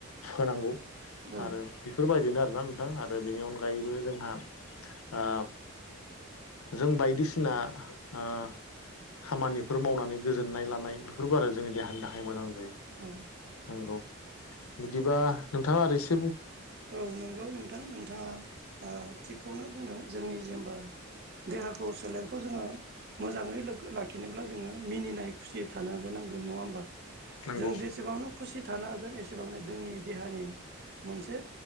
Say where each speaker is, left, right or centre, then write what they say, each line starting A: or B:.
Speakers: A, on the left; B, on the right.
A: होनांगौ
B: औ औ
A: आरो बेफोरबायदिनो आरोना नोंथां आरो बेनि अनगायैबो जोंहा ओ जों बायदिसिना आ खामानिफोर मावनानै गोजोननाय लानाय बेफोरबो आरो जोंनि देहानि थाखाय मोजां जायो
B: औ
A: नोंगौ बिदिबा नोंथाङा ओरै सि
B: औ नोंगौ नोंथां नोंथाङा आ थिगखौनो बुंदों जोंनि जेमबा देहाखौ सोलेरखौ जोङो मोजाङै लोगो लाखिनोब्ला जोङो मिनिनाय खुसिय थानोबो नांगोन नङा होमबा
A: नंगौ
B: जों जेसेबांनो खुसि थानो हागोन एसेबांनो दोंनि देहानि मोनसे